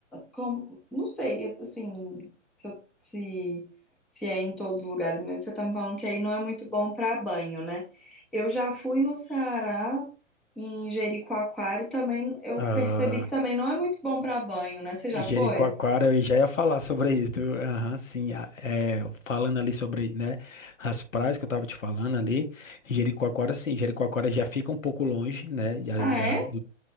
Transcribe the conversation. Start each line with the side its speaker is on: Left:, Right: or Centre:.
Centre: como, não sei, assim, se, eu- se, se é em todos os lugares, mas você tá me falando que aí não é muito bom para banho, né? Eu já fui no Ceará, em Jericoacoara, e também eu
Left: Ah,
Centre: percebi que também não é muito bom para banho, né? Você já
Left: Jericoacoara,
Centre: foi?
Left: eu já ia falar sobre isso. Aham, sim. a- é, falando ali sobre, né, as praias que eu tava te falando ali. Jericoacoara, sim. Jericoacoara já fica um pouco longe, né, de ali
Centre: Ah,
Left: da,
Centre: é?